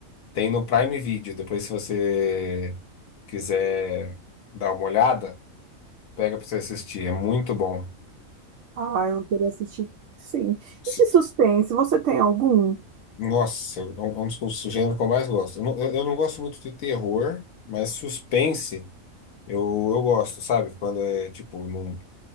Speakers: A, on the left; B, on the right.
A: Tem no Prime Video, depois se você quiser dar uma olhada, pega pra você assistir, é muito bom.
B: Ah, eu queria assistir, sim.
A: Se-
B: E de suspense, você tem algum?
A: Nossa, é um é um dos gêneros que eu mais gosto. Eu não, eu- eu não gosto muito de terror, mas suspense eu, eu gosto, sabe? Quando é, tipo, não,